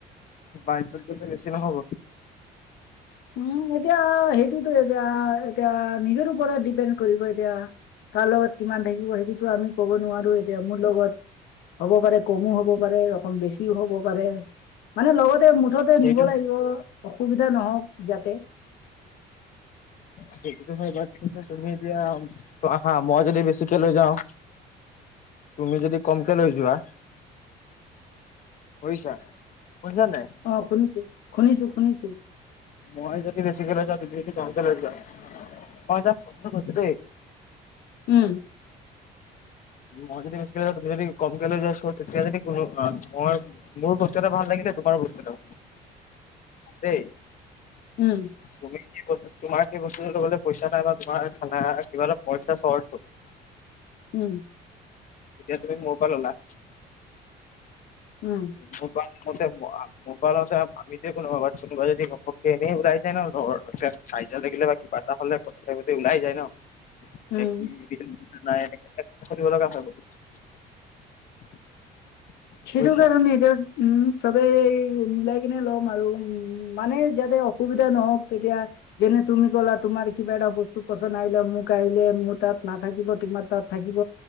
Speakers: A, on the left; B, on the left.
A: বাইকত গলে বেছি নহ'ব।
B: উম', এতিয়া সেইটোতো এতিয়া-এতিয়া নিজৰ ওপৰত ডিপেণ্ড। কৰিব এতিয়া, কাৰ লগত কিমান থাকিব সেইটোতো আমি কব নোৱাৰো এতিয়া মোৰ লগত। হ'ব পাৰে কমো হ'ব পাৰে অকণ বেছিও হ'ব পাৰে, মানে লগতে মো মুঠতে
A: সেইটো,
B: নিব লাগিব অসুবিধা নহওক যাতে
A: সেইটোতো হয় বাত তুমি এতিয়া, চোৱা হা মই যদি বেছিকে লৈ যাওঁ তুমি যদি কমকে লৈ যোৱা শুইছা, শুনিছা নাই?
B: অ', শুনিছো, শুনিছো, শুনিছো।
A: মই যদি বেছিকে লৈ যাও, তুমি যদি কমকে লৈ যোৱা, মই জাষ্ট কথাটো কৈছোঁ দেই
B: উম',
A: মই যদি বেছিকে লৈ যাওঁ, তুমি যদি কমকে লৈ যোৱা, চ তেতিয়া যদি কোনো মই মোৰো বস্তু এটা ভাল লাগিলে, তোমাৰো বস্তু এটা, দেই
B: উম',
A: তুমি কি বস্তু তোমাৰ কি বস্তুটো লবলে পইচা নাই বা তোমাৰ খানা কিবা এটা পইচা চৰ্ত হল।
B: উম',
A: তেতিয়া তুমি মোৰ পৰা ললা
B: উম',
A: মোৰ পা মতে মোৰ পা লওতে <unintelligible> কোনোবা যদি ঘপককে ইনা ওলাই যাই ন লগৰ, কাজিয়া লাগিলে বা কিবা এটা হলে <unintelligible> ওলাই যায় ন? <unintelligible>
B: উম।
A: শুনিব লগা হয় বহুত <inaudible>
B: সেইটো
A: বুজিছা।
B: কাৰণ এতিয়া উম', চবেই মিলাই কিনে লম আৰু, উম', মানে যাতে অসুবিধা নহওক তেতিয়া যেনে তুমি ক'লা তোমাৰ কিবা এটা বস্তু পচন্দ আহিলে মোক আহিলে, মোৰ তাত নাথাকিব তোমাৰ তাত থাকিব